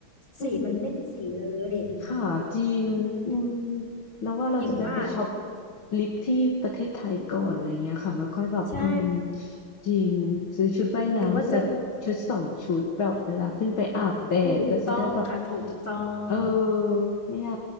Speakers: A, on the left; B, on the left.
A: อืม
B: สีมันไม่มีสีเลย
A: ค่ะจริงอืม
B: อืม
A: แล้วว่าเราจะแวะไปช็อป
B: อย่างว่า
A: ลิปที่ประเทศไทยก่อนอะไรเงี้ยค่ะแล้วค่อยแบบอืม
B: ใช่
A: จริงซื้อชุดว่ายน้ำสักชุดสองชุดแบบเวลาขึ้นไปอาบแดดก็จะได้แบบ
B: อย่างว่าจะถูกต้องค่ะถูกต้อง
A: เออเนี่ย